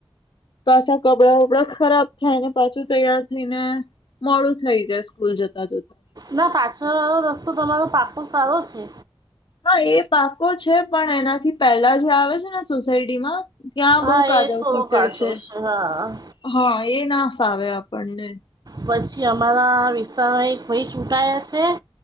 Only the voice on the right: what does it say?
ના પાછળ વાળો રસ્તો તમારો પાકો સારો છે.
હા
એ થોડો
કાચો
હા
પછી અમારા વિસ્તારમાં એક ભાઈ છુટાયા છે.